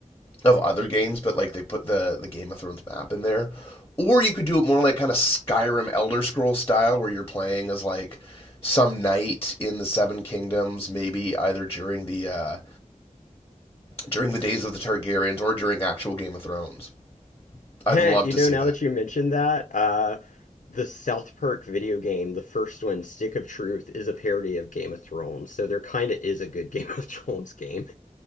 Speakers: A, on the left; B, on the left.
A: of other games, but like they put the the Game of Thrones map in there. Or you could do it more like kind of Skyrim Elder Scroll style, where you're playing as like some knight in the Seven Kingdoms, maybe either during the uh, during the days of the Targaryens or during actual Game of Thrones.
B: <laughs>
A: I'd
B: You
A: love to
B: know,
A: see
B: now
A: that.
B: that you mentioned that, uh, the South Park video game, the first one, Stick of Truth, is a parody of Game of Thrones. So there kind of is a good <laughs> Game of Thrones game.